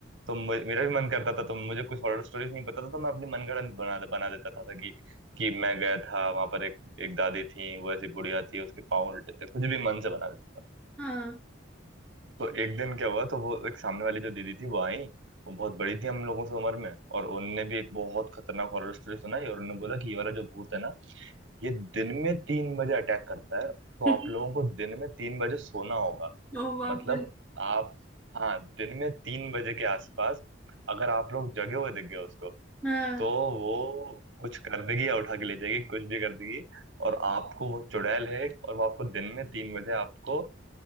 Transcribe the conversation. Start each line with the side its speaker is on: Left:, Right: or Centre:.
Right: तो मु- मेरा भी मन करता था तो मुझे कुछ हॉरर स्टोरीज नहीं पता था तो मैं अपनी मनगढ़ंत बना बना देता था, था कि कि मैं गया था वहां पर एक एक दादी थी वो ऐसी बुढ़िया थी उसके पाँव उल्टे थे कुछ भी मन से बना देता था
Centre: हाँ
Right: तो एक दिन क्या हुआ तो वो एक सामने वाली जो दीदी थी वो आई वो बहुत बड़ी थी हम लोगों से उम्र में और उनने भी एक बहुत खतरनाक हॉरर स्टोरी सुनाई और उन्होंने बोला कि ये वाला जो भूत है ना ये दिन में तीन बजे अटैक करता है तो
Centre: <laughs>
Right: आप लोगों को दिन में तीन बजे सोना होगा
Centre: ओ बाप
Right: मतलब
Centre: रे
Right: आप हाँ दिन में तीन बजे के आसपास अगर आप लोग जगे हुए दिख गए उसको
Centre: हाँ
Right: तो वो कुछ कर देगी या उठा के ले जाएगी कुछ भी कर देगी और आपको वो चुड़ैल है और वो आपको दिन में तीन बजे आपको